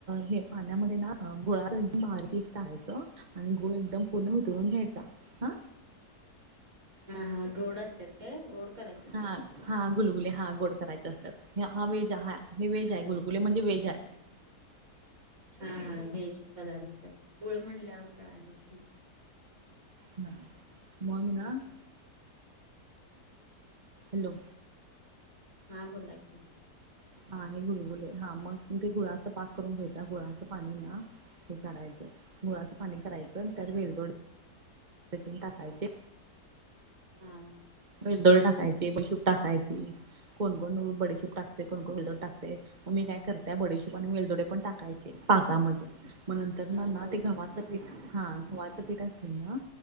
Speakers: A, on the right (about 30°); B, on the right (about 55°).
A: हे पाण्यामध्ये ना गुळा मार पीस टहायचं. आणि गूळ एकदम पूर्ण भितळून खेळता हा.
B: हा हा गोड असत काय गोड करायचं असते
A: हा
B: कि ते
A: हा गुलगुले हा गोड करायचे असतात हे हा वेज हा हे वेज आहे
B: हा
A: गुलगुले म्हणजे वेहेज आहे.
B: हा हा हेच पदार्थ गुळमडल्यावर कळालं की
A: ह मंगना. हॅलो.
B: हा बोला की
A: हा हे गुरु बले हा मग ते गु पाक करून घ्यायचा गुळाचं पाणी ना हे काढायचं हुळाचं पाणी करायचं. बेलदोड तन टाकायचे.
B: हम्म.
A: बैलदोळे टाकायचे बैशूप टाकायचे. कोणकण बडी खिप टाकते कोण कोण विड टाकते मग मी काय करते. त्या बड हिशोबाने मिेलदोडे पण टाकायचे पाकामध्ये मग नंतर
B: हा
A: ना ना
B: दोन
A: ते गव्हाचं पीठ हा गव्हाचं पीठ असे ना.